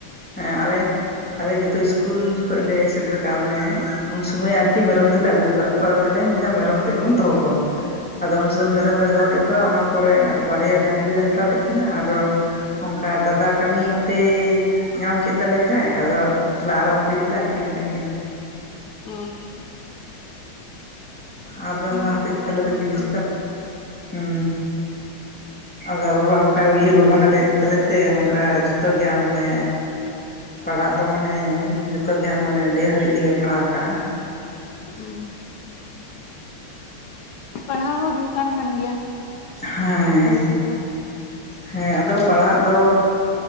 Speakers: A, in the centre; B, on the left.
A: ᱦᱮᱸ ᱟᱞᱮ ᱟᱞᱮ ᱡᱷᱚᱛᱚ ᱤᱥᱠᱩᱞ ᱡᱚᱠᱷᱚᱡ ᱞᱮ ᱥᱮᱴᱮᱨ ᱠᱟᱜ ᱢᱟᱱᱮ ᱩᱱ ᱥᱩᱢᱟᱹᱭ ᱟᱨᱠᱤ ᱢᱮᱨᱚᱢ ᱫᱚᱞᱮ ᱟᱹᱜᱩ ᱠᱟᱜ ᱠᱚ- ᱣᱟ ᱢᱮᱱᱫᱟ ᱢᱮᱨᱚᱢ ᱛᱮᱜ ᱵᱚᱱ ᱫᱚᱦᱚ ᱠᱚᱣᱟ ᱟᱫᱚ ᱩᱱ ᱥᱚᱢᱚᱭ ᱢᱮᱨᱚᱢ ᱞᱮ ᱫᱚᱦᱚ ᱞᱮᱜ ᱠᱚᱣᱟ ᱚᱱᱟ ᱯᱚᱨᱮ ᱵᱟᱨᱭᱟ ᱰᱟᱹᱟᱝᱨᱤᱨᱮ ᱦᱟᱛᱟᱣ ᱞᱮᱜ ᱠᱤᱱᱟᱹ ᱟᱨᱚ ᱚᱝᱠᱟ ᱫᱟᱫᱟ ᱠᱟᱹᱢᱤ ᱚᱱᱛᱮ ᱧᱟᱢ ᱠᱮᱫ ᱛᱟᱞᱮ ᱠᱷᱟᱡ ᱟᱫᱚ ᱛᱟᱦᱞᱮ ᱟᱨᱚ ᱩᱝᱠᱤᱱ ᱫᱚᱞᱮ ᱟᱠᱷᱨᱤᱧ ᱠᱟᱜ ᱠᱤᱱᱟ
B: ᱦᱩᱸ
A: ᱟᱫᱚ ᱚᱱᱟ
B: ᱢᱟ
A: ᱦᱚᱛᱮᱡ
B: ᱠᱟᱛᱷᱟ
A: ᱛᱮ ᱟᱞᱮ
B: ᱠᱟᱱ
A: ᱫᱚ ᱡᱤᱱᱤᱥ
B: ᱜᱮᱭᱟ
A: ᱴᱟᱜ ᱦᱩᱸ ᱟᱫᱚ ᱵᱟᱵᱟ ᱚᱱᱠᱟ ᱩᱭᱦᱟᱹᱨ ᱵᱷᱟᱵᱽᱱᱟᱮ ᱞᱮᱫ ᱛᱟᱞᱮᱛᱮ ᱱᱚᱝᱠᱟ ᱡᱷᱚᱛᱚ ᱜᱮ ᱮ ᱢᱟᱱᱮ ᱯᱟᱲᱦᱟᱜ ᱫᱚ ᱢᱟᱱᱮ ᱡᱚᱛᱚ ᱜᱮ ᱦᱟᱜ ᱢᱟᱱᱮ ᱰᱷᱮᱨ ᱦᱟᱹᱨᱤᱡ ᱜᱮᱞᱮ ᱯᱟᱲᱦᱟᱣ ᱠᱟᱜᱼᱟ᱾
B: ᱦᱩᱸ ᱯᱟᱲᱦᱟᱣ ᱦᱚᱸ ᱫᱚᱨᱠᱟᱨ ᱠᱟᱱ ᱜᱮᱭᱟ᱾
A: ᱦᱮᱸ
B: <unintelligible>
A: ᱦᱮᱸ ᱟᱫᱚ ᱯᱟᱲᱦᱟᱜ ᱫᱚ,